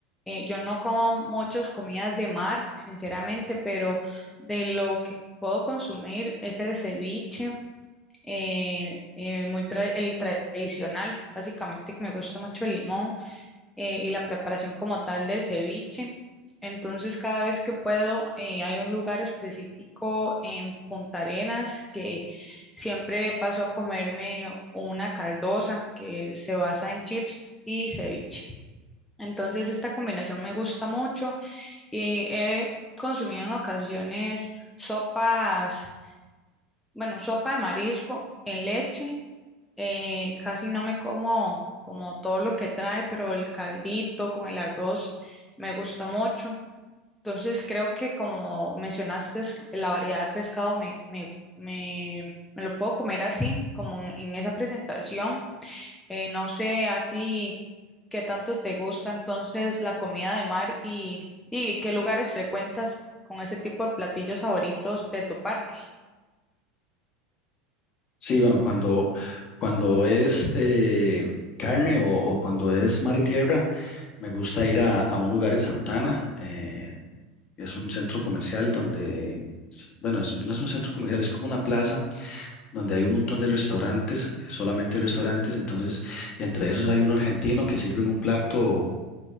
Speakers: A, in the centre; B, on the left (about 40°).
A: eh, yo no como muchas comidas de mar, sinceramente, pero de lo que puedo consumir es el ceviche eh, eh, muy tra- el tradicional, básicamente que me gusta mucho el limón eh, y la preparación como tal del ceviche. Entonces, cada vez que puedo, eh, hay un lugar específico en Punta Arenas que siempre paso a comerme una caldosa que se basa en chips y ceviche. Entonces, esta combinación me gusta mucho y he consumido en ocasiones sopas, bueno, sopa de marisco en leche eh, casi no me como como todo lo que trae, pero el caldito con el arroz me gusta mucho. Entonces creo que como mencionaste, es- la variedad de pescado me, me, me, me lo puedo comer así, como en, en esa presentación. Eh, no sé a ti qué tanto te gusta entonces la comida de mar y, y qué lugares frecuentas con ese tipo de platillos favoritos de tu parte.
B: Sí, bueno, cuando, cuando es eh, carne o, o cuando es mar y tierra, me gusta ir a, a un lugar en Santana. eh, es un centro comercial donde, s- bueno, es- no es un centro comercial, es como una plaza donde hay un montón de restaurantes, solamente restaurantes. Entonces, entre esos hay un argentino que sirve un plato.